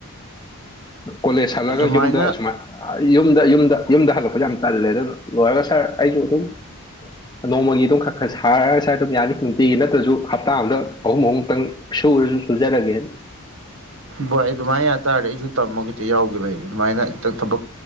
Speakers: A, on the left; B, on the right.
A: ꯀꯣꯂꯦꯖ ꯍꯜꯂꯒ
B: ꯑꯗꯨꯃꯥꯏꯅ
A: ꯌꯨꯝꯗ ꯑꯁꯨꯃꯥꯏ ꯌꯨꯝꯗ ꯌꯨꯝꯗ ꯌꯨꯝꯗ ꯍꯜꯂꯛꯄꯁꯨ ꯌꯥꯝ ꯇꯜꯂꯦ ꯑꯗꯨꯅ ꯂꯣꯏꯔꯒ ꯁꯥꯔ ꯑꯩꯁꯨ ꯑꯗꯨꯝ ꯅꯣꯡꯃꯒꯤ ꯑꯗꯨꯝ ꯈꯔ ꯈꯔ ꯁꯥꯔꯒ ꯁ꯭ꯋꯥꯏ ꯑꯗꯨꯝ ꯌꯥꯅꯤ ꯅꯨꯡꯇꯤꯒꯤ ꯅꯠꯇ꯭ꯔꯁꯨ ꯍꯞꯇꯥ ꯑ ꯑꯃꯗ ꯑꯍꯨꯝ ꯑꯍꯨꯝꯨꯛꯇꯪ ꯁꯨ ꯁꯨꯖꯔꯒꯦ
B: ꯚꯣꯏ ꯑꯗꯨꯃꯥꯏꯅ ꯌꯥꯇꯥꯥꯔꯗꯤ ꯑꯩꯁꯨ ꯇꯝꯃ ꯈꯤꯇ ꯌꯥꯎꯈꯤꯕꯕꯩ ꯑꯗꯨꯃꯥꯏꯅ ꯈꯤꯇꯪ ꯊꯕꯛ